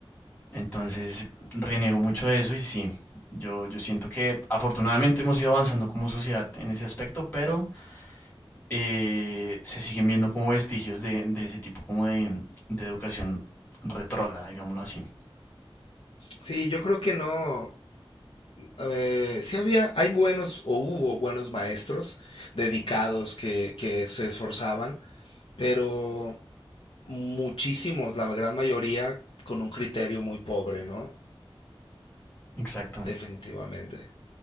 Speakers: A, on the left; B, on the left.
A: Entonces, reniego mucho de eso y sí, yo, yo siento que afortunadamente hemos ido avanzando como sociedad en ese aspecto, pero eh, se siguen viendo como vestigios de, de ese tipo como de, de educación retrógrada, digámoslo así.
B: sí, yo creo que no, eh, sí había, hay buenos o hubo buenos maestros dedicados que, que se esforzaban, pero muchísimos, la gran mayoría con un criterio muy pobre, ¿no?
A: Exacto,
B: Definitivamente.